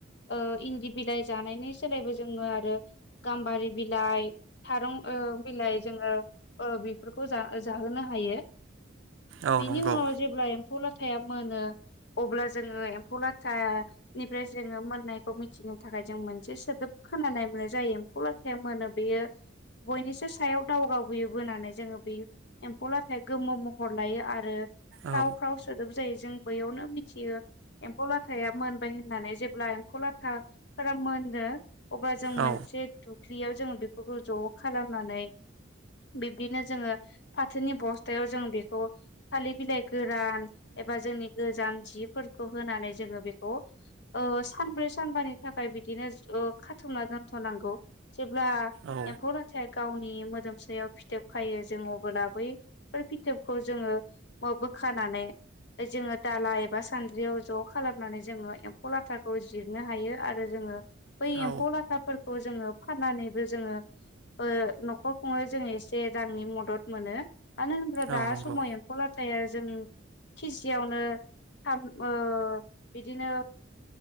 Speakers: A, on the left; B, on the right.
A: ओ इन्दि बिलाइ जानायनि सोलायबो जोङो आरो, गाम्बारि बिलाइ थारं बिलाइ जोङो बेफोरखौ जाहो जाहोनो हायो।
B: औ
A: बेनि
B: नंगौ।
A: उनाव जेब्ला एम्फौ लाथाया मोनो। अब्ला जोङो एम्फौ लाथानिफ्राय जोङो मोननायखौ मिथिनो थाखाय जों मोनसे सोदोब खोना नाय मोननाय जायो, एम्फौ लाथाया मोनो बेयो बयनिसो सायाव दावगाबोयो बोनानै जोङो बे एम्फौ लाथाया गोमो महर लायो आरो ख्राव
B: औ
A: ख्राव सोदोब जों बियावनो मिथियो एमफौ लाथा मोनबाय होननानै जेब्ला एम्फौ लाथाफोरा मोनो अब्ला जों मोनसे
B: औ
A: दुख्लियाव जों बेफोरखौ ज' खालामनानै बिब्दिनो जोङो फाथोनि बस्थायाव जों बेखौ थालिर बिलाइजों गोरान एबा जोंनि गोजाम जिफोरखौ होनानै जोङो बेखौ सानब्रै सानबानि थाखाय बिदिनो खाथुमना दोनथ'नांगौ जेब्ला
B: औ
A: एम्फौ लाथाया गावनि मोदोमसायाव फिथोब खायो। जों अबोला बैफोर फिथोबखौ जोङो खानानानै जोङो दाला एबा सानद्रियाव ज' खालामनानै जोङो एम्फौ लाथाखौ जिरनो हायो आरो जोङो बै
B: औ
A: एम्फौ लाथाफोर खौ जोङो फाननानैबो जोङो ओ न'खर खुङै जोङो एसे रांनि मदद मोनो मानो होनोब्रा
B: औ
A: दा
B: नंगौ
A: समाव एम्फौ लाथाया जों केजियावनो थाम ओ बिदिनो